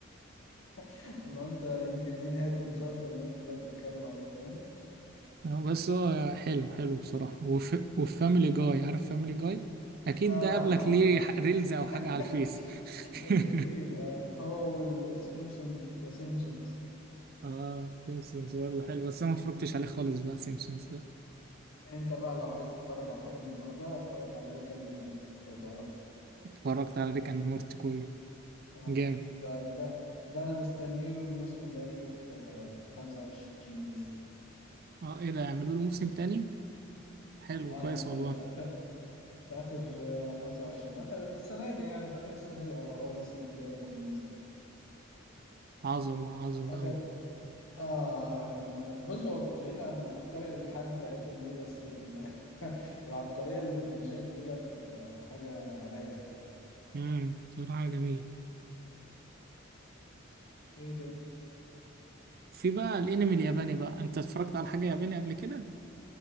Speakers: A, on the left; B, on the right.
A: <laughs> أنا قلت يمكن دي نهاية المسلسل والناس كلها بتتكلم عليه فاهم؟
B: آه، بس هو حلو حلو بصراحة وف... وفاميلي جاي عارف فاميلي جاي اكيد
A: آه
B: ده قابلك ليه
A: آه
B: ح- ريلز او حاجة
A: ده. <laughs>
B: على الفيس
A: ك-
B: <laughs>
A: كتير آه هو والسيمسون ذا سيمسونز
B: اه سيمسونز برضه حلو بس انا ما اتفرجتش عليه خالص بقى سيمسونز ده
A: أنت بقى لو عايز تتفرج على حاجة من النوع ده اتفرج على ريك أند مورتي لو تعرفه
B: اتفرجت على ريك اند مورتي كله
A: آه،
B: جامد
A: ده ده ده أنا مستنيله الموسم اللي هيجي في آه، في 25 لسه
B: اه ايه ده يعملوا له موسم تاني حلو
A: اه
B: كويس
A: يا عم
B: والله
A: في اخر في اخر آه، 25 اخر السنه دي يعني في اخر السنه دي او اول السنه الجايه يكون نزل
B: عظمة عظمة
A: اخر
B: أوي
A: اه اه يا فنان بص هو بعيد عن افكار الالحاد بتاعتهم دي بس ال... <laughs> العبقريه اللي في المشاهد ديت آه، حاجه رايقه يعني
B: امم بصراحة جميل
A: ايه ده
B: في بقى الانمي الياباني بقى انت اتفرجت على حاجة ياباني قبل كده